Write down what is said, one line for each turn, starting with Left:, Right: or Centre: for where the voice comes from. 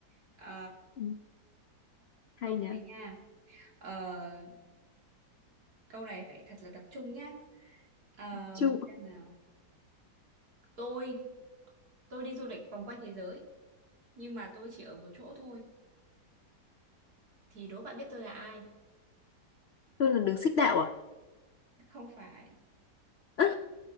Right: Ờ,
Left: ừ, hay
Right: câu
Left: nhỉ
Right: này nha. Ờ, câu này phải thật là tập trung nhá. Ờ,
Left: chung
Right: xem nào. Tôi tôi đi du lịch vòng quanh thế giới nhưng mà tôi chỉ ở một chỗ thôi thì đố bạn biết tôi là ai
Left: tôi là đường xích đạo à
Right: <laughs> Không phải.
Left: Ơ,